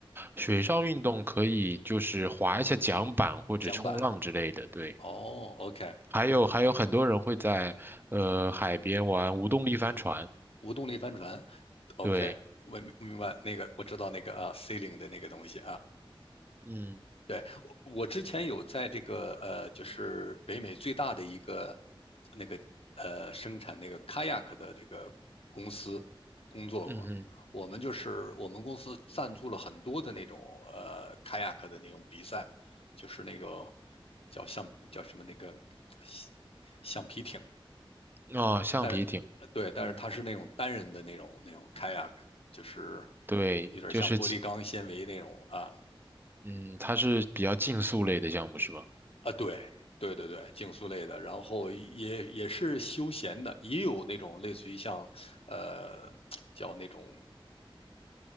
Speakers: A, on the right (about 20°); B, on the left (about 85°).
A: 水上运动可以就是划一下桨板或者冲浪之类的。
B: 桨板
A: 对，
B: 哦，OK，
A: 还有还有很多人会在呃海边玩无动力帆船。
B: 无动力帆船，OK，
A: 对，
B: 我明明白那个，我知道那个啊，C 零的那个东西啊。
A: 嗯
B: 对，我我之前有在这个呃，就是北美最大的一个那个呃生产那个 kayak 的这个公司工作过。
A: 嗯
B: 我们就是我们公司赞助了很多的那种呃 kayak 的那种比赛，就是那个叫橡叫什么那个橡橡皮艇，
A: 嗯，哦，橡皮艇，
B: 但是呃对，但是它是那种单人的那种那种
A: 嗯，
B: kayak，就是
A: 对，
B: 有点像玻璃钢纤维那种啊，
A: 就是其嗯，它是比较竞速类的项目是吧？
B: 啊，对对对对，竞速类的，然后也也是休闲的，也有那种类似于像，呃，叫那种